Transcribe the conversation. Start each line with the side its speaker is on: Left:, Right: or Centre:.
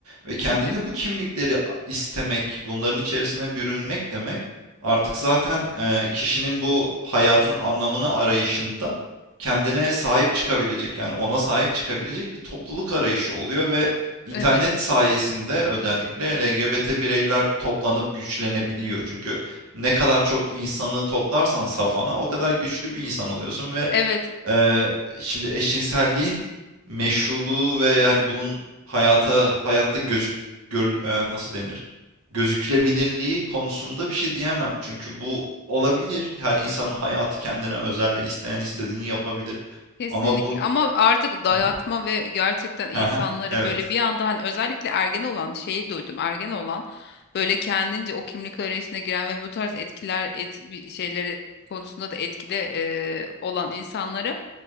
Right: Ve kendine
Left: tabii.
Right: bu kimlikleri istemek, bunların içerisine bürünmek demek Artık zaten e, kişinin bu hayatın anlamını arayışında kendine sahip çıkabilecek yani ona sahip çıkabilecek bir topluluk arayışı oluyor ve internet
Left: Evet.
Right: sayesinde özellikle LGBT bireyler toplanıp güçlenebiliyor. Çünkü ne kadar çok insanı toplarsan safana o kadar güçlü bir insan oluyorsun ve
Left: Evet.
Right: Eee, şimdi eşcinselliğin meşruluğu ve yani bunun hayata hayatta gözük gör, eee, nasıl denir? Gözükülebilirliği konusunda bir şey diyemem. Çünkü bu olabilir. Her insanın hayatı kendine özel ve isteyen istediğini yapabilir.
Left: Kesinlikle
Right: Ama bu
Left: ama artık dayatma
Right: Hı hı.
Left: ve gerçekten insanları
Right: Hı hı, evet.
Left: böyle bir anda hani özellikle ergen olan şeyi duydum ergen olan böyle kendince o kimlik arayışına giren ve bu tarz etkiler et, bir şeyleri konusunda da etkide eee, olan insanları